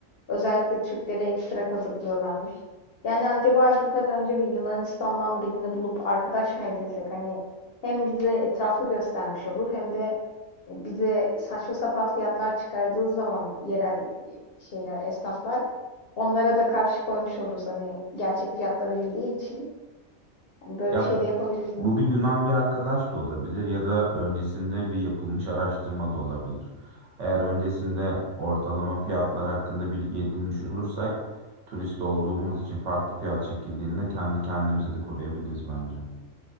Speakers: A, on the left (about 60°); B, on the right (about 65°).
A: Özellikle Türkleri ekstra kazıklıyorlarmış. Yani acaba gitmeden önce bir Yunanistan'dan birini bulup arkadaş mı edinsek? Hani hem bize etrafı göstermiş olur hem de bize saçma sapan fiyatlar çıkardığı zaman yerel e, şeyler, esnaflar onlara da karşı koymuş oluruz. Hani gerçek fiyatları bildiği için. yani böyle
B: Ya
A: bir şey de yapabiliriz
B: Bu
A: aslında.
B: bir Yunan bir arkadaş da olabilir ya da öncesinde bir yapılmış araştırma da olabilir. Eğer öncesinde ortalama fiyatlar hakkında bilgi edinmiş olursak turist olduğumuz için farklı fiyat çekildiğinde kendi kendimize de koruyabiliriz bence.